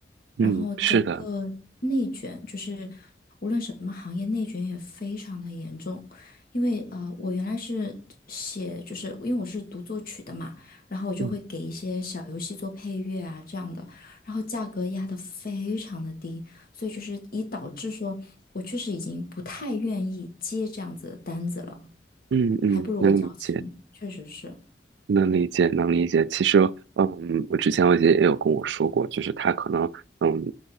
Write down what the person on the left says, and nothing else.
然后整个内卷，
就是无论什么行业，内卷也非常的严重。因为呃，我原来是写，就是因为我是读作曲的嘛，然后我就会给一些小游戏做配乐啊这样的，
然后价格压得非常的低，所以就是以导致说我确实已经不太愿意接这样子的单子了，
还不如我矫情，
确实是，